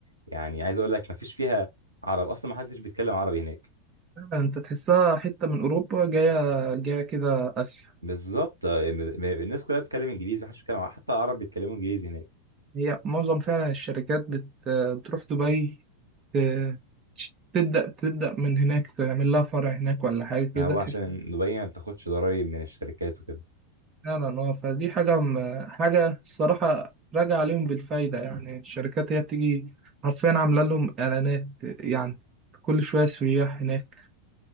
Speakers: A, on the right (about 80°); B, on the right (about 30°).
A: يعني عايز اقول لك مفيش فيها عرب اصلا ما حدش بيتكلم عربي هناك
B: آه، انت تحسها حته من اوروبا جايه جايه كده اسيا
A: بالظبط آه، الناس كلها بتتكلم انجليزي محدش بيتكلم عربي، حتى العرب بيتكلموا انجليزي هناك
B: هي معظم فعلا الشركات بت- بتروح دبي ت- تبدأ تبدأ من هناك تعمل لها فرع هناك ولا حاجة كده
A: ما هو
B: تحس
A: عشان دبي ما بتاخدش ضرايب من الشركات وكده
B: فعلا اه فدي حاجة م- حاجة الصراحة راجع عليهم بالفايدة يعني الشركات هي بتيجي حرفيا عاملة لهم إعلانات يعني كل شوية سياح هناك